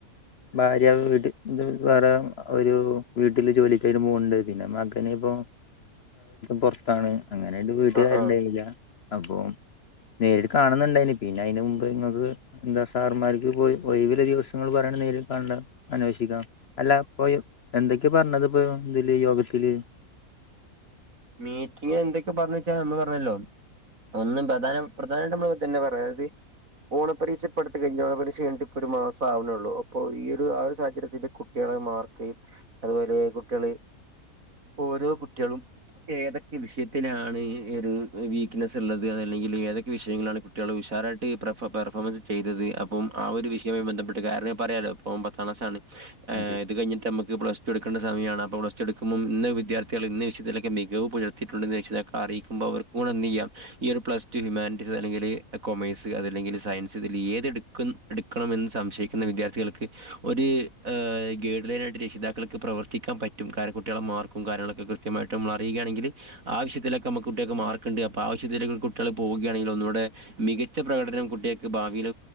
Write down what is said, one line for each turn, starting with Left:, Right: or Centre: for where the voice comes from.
Left: ഭാര്യ വീട്ടിൽവേറെ ഒരു വീട്ടില് ജോലിക്കായിട്ട് പോണ്ട് പിന്നെ മകനെ അപ്പൊ പുറത്താണ് അങ്ങനൊയിട്ട് വീട്ടുകാരുണ്ടായില്ല
Right: ആഹ് ആഹ്
Left: അപ്പൊ നേരിട്ട് കാണുന്നുണ്ടായിന് പിന്നെ അതിന് മുമ്പ് നിങ്ങൾക്ക് എന്താ സാർമാർക്ക് ഒഴിവുള്ള ദിവസങ്ങൾ പറയ നേരി കണ്ട അന്വേഷിക്കാം അല്ല ഇപ്പൊ എന്തൊക്കെയ പറഞ്ഞത് ഇപ്പോ ഇതില് യോഗത്തില് <inaudible>
Right: മീറ്റിംഗ് എന്തൊക്കെ പറഞ്ഞ വെച്ചാൽ നമ്മൾ പറഞ്ഞല്ലോ ഒന്നും പ്രധാന പ്രധാനമായിട്ട നമ്മ തന്നെ പറയാ അതായത് ഓണ പരീക്ഷപ്പെടുത്ത കഴിഞ്ഞഓരീ ഒരു മാസം ആവണള്ളൂ അപ്പൊ ഈ ഒരു ആ ഒരു സാഹചര്യത്തിന്റെ കുട്ടികളെ മാർക്ക് അതുപോലെ കുട്ടികള് ഓരോ കുട്ടികളും ഏതൊക്കെ വിഷയത്തിലാണ് ഒരു വീക്ക്നെസ് ഉള്ളത് അതല്ലെങ്കിൽ ഏതൊക്കെ വിഷയങ്ങളാണ് കുട്ടികൾ ഹഷാറായിട്ട് പർഫ പെർഫോമൻസ് ചെയ്തത് അപ്പം ആ ഒരു വിഷയമായി ബന്ധപ്പെട്ട് കാരണം പറമല്ലോ പോപ്പോം പത്ത് ക്ാസാണ്
Left: അതെ
Right: ്ത് കഞ്ഞിട്ടമക്ക്്ലസ്ടുക്കണ്ട സമയമാണ് അപ്പോ പ്ലസ് ടു്പോ ഇന്ന് വിദ്യാർത്ഥികൾ ഇ വിയത്തില മികവ് പുലർത്തിയിട്ടുണ്ട് അറിയിക്കുമ്പോ അവർക്ക് ചെയ്യാം പ്ലസ് ഹറ്റസ് അല്ലെങ്ക കൊമേഴ്സ് അതല്ലെങ്കിൽ സയൻസ് ഇതിൽ ഏത് എടുക്കുന്ന എടുക്കണമെന്ന് സംശയിക്കുന്ന വിദ്യാർത്ഥികൾക്ക് ഒരു ് ഗേഡ്ൈനായിട്ട് രക്ഷിതാക്കൾക്ക് പ്രവർത്തിക്കാൻ പറ്റും കാരണം കുട്ടികളെ മാർക്കും കാര്യങ്ങളൊക്കെ കൃത്യമായിട്ട് മറ്റ അറിയുകയാണെങ്കിൽ ആവശ്യത്തിലൊക്കെ നമ്മ കുട്ടികൾക്ക് മാർക്കുണ്ട് അപ്പൾ ആവശ്യ കുട്ടികൾ പോകയാണെങ്കിൽ ഒന്നൂടെ മികച്ച പ്രകടനം കുട്ടികൾക്ക് ഭാവിയിൽ